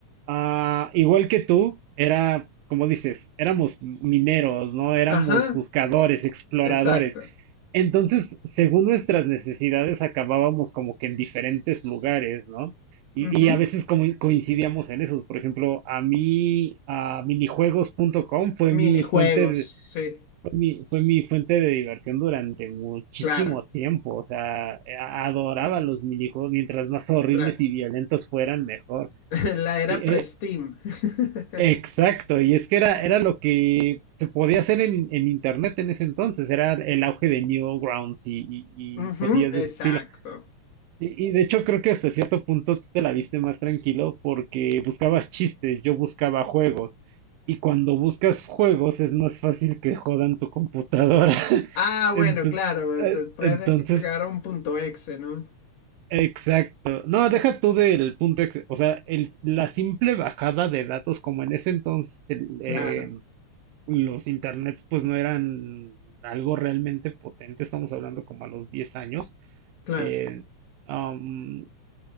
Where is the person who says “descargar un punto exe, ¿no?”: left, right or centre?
Left